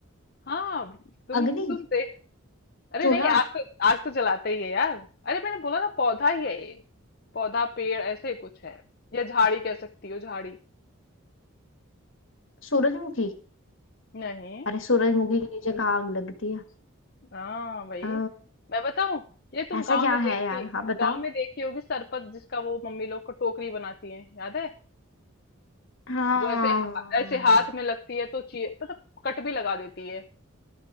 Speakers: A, on the left; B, on the left.
A: हाँ तुम
B: अग्नि
A: तुम दे अरे
B: चूल्हा
A: नहीं आग तो आग तो जलाते ही है यार अरे मैंने बोला ना पौधा ही है ये पौधा पेड़ ऐसे ही कुछ है या झाड़ी कह सकती हो झाड़ी
B: सूरजमुखी
A: नहीं
B: अरे सूरजमुखी के नीचे कहाँ आग लगती है
A: हाँ भाई
B: अ,
A: मैं बताऊं ये तुम
B: ऐसा
A: गांव
B: क्या
A: में देखी
B: है यार हाँ बताओ
A: गांव में देखी होगी सरपत जिसका वो मम्मी लोग को टोकरी बनाती है याद है
B: हाँ
A: जो ऐसे ऐसे हाथ में लगती है तो ची मतलब कट भी लगा देती है